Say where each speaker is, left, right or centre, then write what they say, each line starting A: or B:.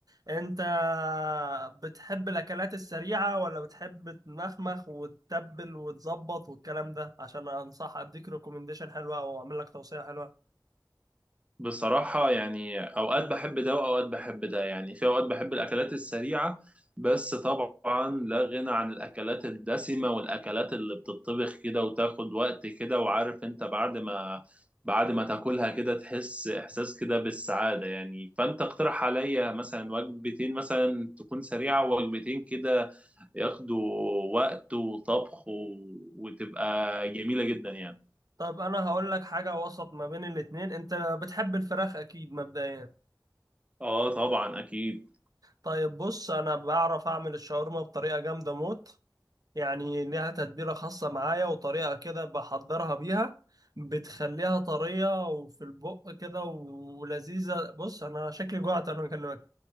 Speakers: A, on the right (about 55°); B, on the right (about 15°).
A: انت بتحب الاكلات السريعة ولا بتحب تمخمخ وتتبل وتظبط والكلام ده عشان انصح اديك ريكومنديشن حلوة او اعمل لك توصية حلوة
B: بصراحة يعني أوقات بحب ده وأوقات بحب ده يعني في أوقات بحب الأكلات السريعة بس طبعا لا غنى عن الأكلات الدسمة والأكلات اللي بتطبخ كده وتاخد وقت كده وعارف أنت بعد ما بعد ما تاكلها كده تحس إحساس كده بالسعادة يعني فأنت اقترح عليا مثلا وجبتين مثلا تكون سريعة ووجبتين كده ياخدوا وقت وطبخ و... وتبقى جميلة جدا يعني
A: طيب انا هقول لك حاجة وسط ما بين الاتنين انت بتحب الفراخ اكيد مبدئيا
B: آه طبعا أكيد
A: طيب بص انا بعرف اعمل الشاورما بطريقة جامدة موت يعني ليها تتبيلة خاصة معايا وطريقة كده بحضرها بيها بتخليها طرية وفي البق كده ولذيذة بص أنا شكلي جوعت أنا بكلمك